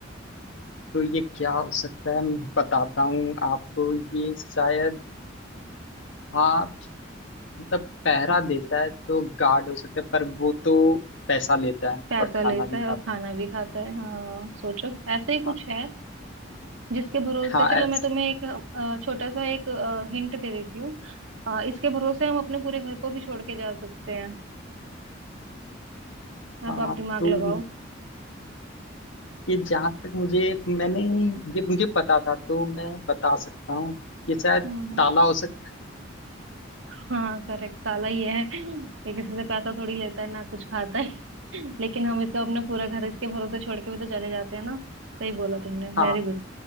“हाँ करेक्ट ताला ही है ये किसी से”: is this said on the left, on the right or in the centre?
Right